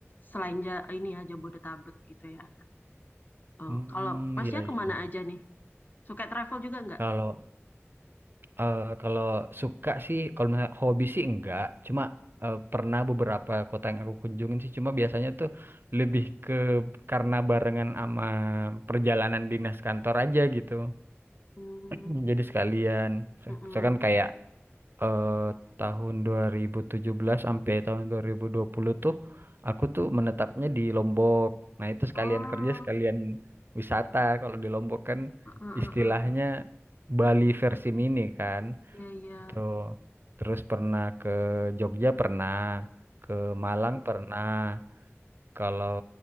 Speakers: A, on the left; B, on the right.
A: Selain ja ini ya Jabodetabek gitu ya. Oh,
B: Hmm,
A: kalau Masnya
B: iya
A: kemana
B: iya.
A: aja nih? Suka travel juga nggak?
B: Kalau eh, kalau suka sih, kalau misalnya hobi sih enggak. Cuma eh, pernah beberapa kota yang aku kunjungin sih. Cuma biasanya tuh lebih ke karena barengan sama perjalanan dinas kantor aja gitu.
A: Hmm,
B: Hmm, Jadi sekalian,
A: mm-mm.
B: misalkan kayak eh, tahun 2017 sampai tahun 2020 tuh aku tuh menetapnya di Lombok. Nah, itu sekalian
A: Oh,
B: kerja, sekalian wisata. Kalau di Lombok kan
A: heeh,
B: istilahnya
A: heeh.
B: Bali versi mini kan.
A: Iya iya.
B: Itu terus pernah ke Jogja pernah, ke Malang pernah. Kalau